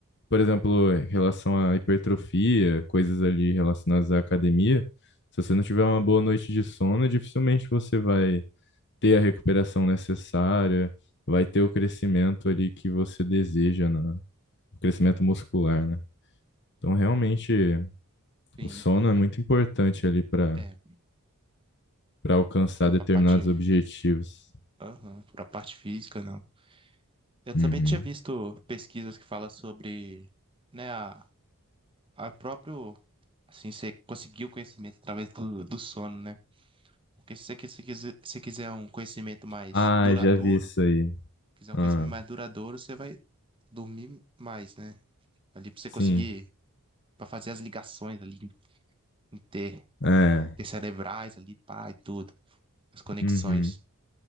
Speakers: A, on the left (about 55°); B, on the right (about 25°).
A: por exemplo, em relação à hipertrofia, coisas ali relacionadas à academia, se você não tiver uma boa noite de sono, dificilmente você vai ter a recuperação necessária, vai ter o crescimento ali que você deseja, né? O crescimento muscular, né? Então, realmente,
B: Sim.
A: o sono é muito importante ali para
B: É,
A: para alcançar
B: é
A: determinados
B: pra parte.
A: objetivos.
B: Aham, pra parte física, não. Eu também
A: Uhum.
B: tinha visto pesquisas que falam sobre, né, a, a próprio Assim você conseguiu o conhecimento através do, do sono, né? Porque se você qui- se quiser, se quiser um conhecimento mais
A: Ah,
B: duradouro,
A: já vi isso aí.
B: quiser
A: Ah,
B: um conhecimento mais duradouro, você vai dormir mais, né? Ali pra você
A: sim.
B: conseguir, pra fazer as ligações ali, inter,
A: É.
B: intercerebrais ali, pá, e tudo, as conexões.
A: Uhum.